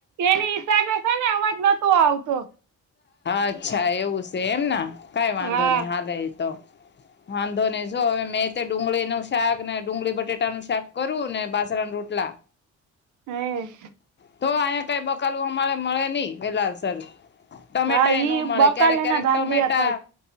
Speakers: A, on the right; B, on the left.
A: એની હિસાબે છે ને અવાજ નતો આવતો
B: અચ્છા એવું છે એમ ના કઈ વાંધો
A: હા
B: નહી હાલે એ તો વાંધો નહીં જો હવે મેં તે ડુંગળી નું શાક ને ડુંગળી બટેટા નું શાક કરું ને બાજરાનું રોટ ટલા
A: હે
B: તો અહીયા કઈ બકાલું અમારે મળે નહી વેલા સર ટમેટા
A: હા
B: એ
A: ઈ
B: ન મળે
A: બકા
B: ક્યારેક
A: લેના
B: ક્યારેક
A: ધાંધિયા
B: ટમેટા
A: હતા